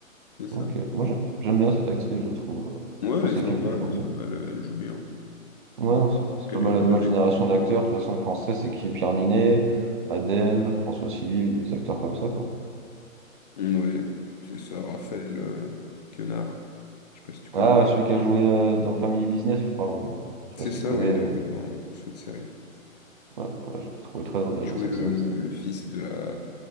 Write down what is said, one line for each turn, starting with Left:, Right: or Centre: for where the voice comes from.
Left: C'est ça.
Right: Ok, moi j'aime j'aime bien cette actrice, je la trouve euh,
Left: Ouais,
Right: dans
Left: elle
Right: ces
Left: est sympa,
Right: films que je
Left: elle
Right: regarde.
Left: est sympa, elle, elle joue bien.
Right: Ouais, non, c'est c'est
Left: Elle
Right: pas mal
Left: a eu pas
Right: la nouvelle
Left: mal de
Right: génération
Left: critiques.
Right: d'acteurs. De toute façon, français, c'est qui? Pierre Ninet, Adèle, François Civil, des acteurs comme ça, quoi.
Left: Mm, Ouais, c'est ça, Raphaël euh, Quenard. Je sais pas si tu connais.
Right: Ah, celui qui a joué euh, dans Family Business, je crois. ouais. Je
Left: C'est
Right: sais pas si
Left: ça,
Right: tu connais.
Left: oui, il a
Right: euh,
Left: joué dans cette série.
Right: Ouais, ouais, je l'ai trouvé très drôle d'ailleurs
Left: Il jouait
Right: cette
Left: le,
Right: série. c'était-
Left: le fils de la